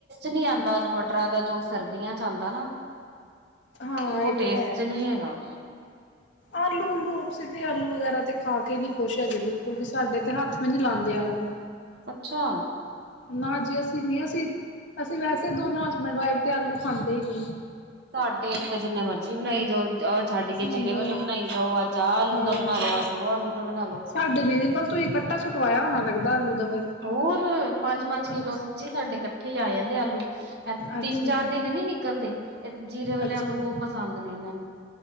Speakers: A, on the right; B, on the left.
A: ਨੀ ਆਦਾ ਆਲੂ ਮਟਰ ਦਾ ਜੋ ਸਰਦੀਆਂ ਚ ਆਦਾ ਨਾ।
B: ਹਾਂ
A: ਉਹ
B: ਇਹ
A: ਟੇਸਟ
B: ਤੇ ਹੈ।
A: ਚ ਨਹੀਂ ਹੈਗਾ।
B: ਆਲੂ ਉਲੂ ਅਸੀ ਤੇ ਆਲੂ ਵਗੈਰਾ ਤੇ ਖਾ ਕੇ ਨੀ ਖੁਸ਼ ਹੈਗੇ ਬਿਲਕੁਲ ਵੀ ਸਾਡੇ ਤੇ ਹੱਥ ਵੀ ਨੀ ਲਾਉਂਦੇ ਆਲੂ।
A: ਅੱਛਾ
B: ਨਾ ਜੀ ਅਸੀਂ ਨ ਅਸੀਂ ਅਸੀਂ ਵੈਸੇ ਦੋਨੋ ਹਸਬੈਂਡ ਵਾਈਫ ਤੇ ਆਲੂ ਖਾਂਦੇ ਹੀ ਨਹੀਂ।
A: ਸਾਡੇ ਇੱਥੇ ਜਿੰਨੇ ਮਰਜ਼ੀ ਬਣਾਈ ਜਾਓ। ਛੱਡ
B: ਸਾਡੇ
A: ਕੇ ਜੀਰੇ ਵਾਲੇ ਬਣਾਈ ਜਾਓ ਆਹ ਆਲੂ
B: ਹਾਂ
A: ਦਾ ਬਣਾ ਲੋ
B: ਬਸ
A: ਅੱਜ ਉਹ ਆਲੂ ਦਾ ਬਣਾ ਲੋ।
B: ਸਾਡੇ ਨੀ ਬਸ ਤੁਸੀਂ ਇਕੱਟਾ ਸੁਟਵਾਇਆ ਹੋਣਾ ਲੱਗਦਾ ਆਲੂ ਦਾ। ਫੇਰ।
A: ਹੋਰ ਪੰਜ ਪੰਜ ਕਿੱਲੋ
B: ਅੱਛਾ
A: ਸੱਚੇ ਸਾਡੇ ਇਕੱਠੇ ਹੀ ਆ ਜਾਂਦੇ ਆਲੂ।
B: ਅੱਛਾ
A: ਤਿੰਨ ਚਾਰ
B: ਜੀ
A: ਦਿਨ ਨੀ ਨਿਕਲਦੇ ਜੀਰੇ ਵਾਲੇ
B: ਅੱਛਾ।
A: ਆਲੂ ਬਹੁਤ ਪਸੰਦ ਨੇ ਇਹਨਾਂ ਨੂੰ।